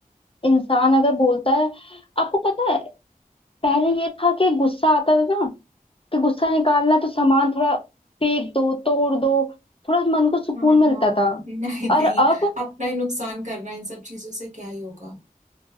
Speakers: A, on the left; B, on the right.
A: इंसान अगर बोलता है आपको पता है पहले ये था कि गुस्सा आता था ना कि गुस्सा निकालना है तो सामान थोड़ा फेंक दो तोड़ दो थोड़ा मन को सुकून
B: हाँ हाँ
A: मिलता था
B: <laughs> नहीं
A: और
B: नहीं
A: अब
B: अपना ही नुकसान करना इन सब चीजों से क्या ही होगा